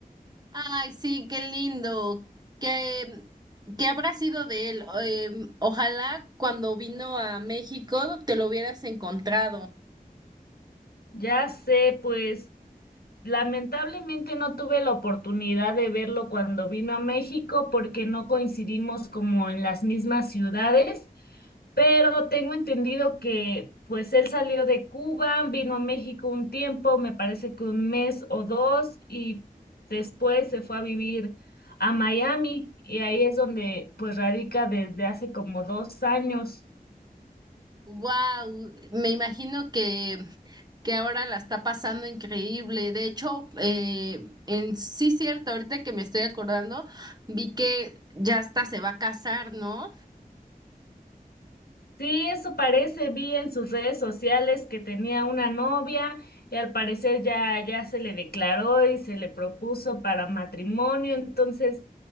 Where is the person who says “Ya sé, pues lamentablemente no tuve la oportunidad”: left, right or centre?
Left